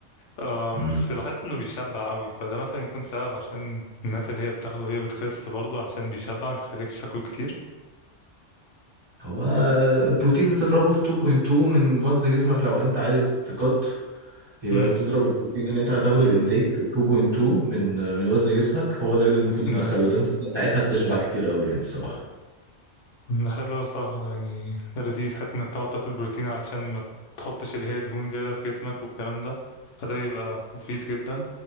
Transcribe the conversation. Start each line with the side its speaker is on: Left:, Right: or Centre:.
Left: آه
Right: امم
Left: بس لاحظت انه بيشبع قوي فده مثلا يكون سبب عشان الناس اللي هي بتاخده وهي بتخس برضه علشان بيشبع ما بيخليكش تاكل كتير
Right: هو البروتين بتضربه في 2.2 من وزن جسمك لو انت عايز تقط يبقى
Left: امم
Right: تضرب البروتين اللي انت هتاخده الانتيك 2.2 من من وزن جسمك هو ده اللي المفروض
Left: ايوه
Right: ندخله ده انت ساعتها بتشبع كتير قوي يعني الصراحة
Left: ده حلو أوي الصراحة ده يعني ده لذيذ حتى انك تقعد تاكل بروتين علشان ما تحطش اللي هي دهون زيادة في جسمك والكلام ده فده يبقى مفيد جدا